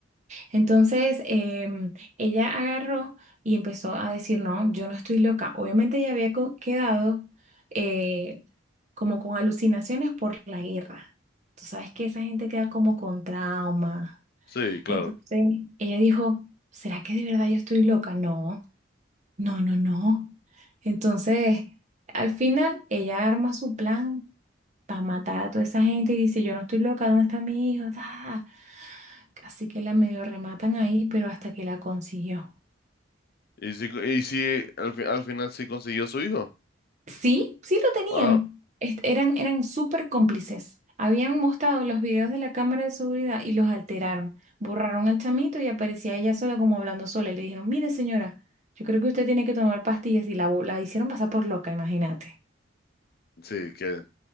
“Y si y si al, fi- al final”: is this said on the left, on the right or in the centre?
Left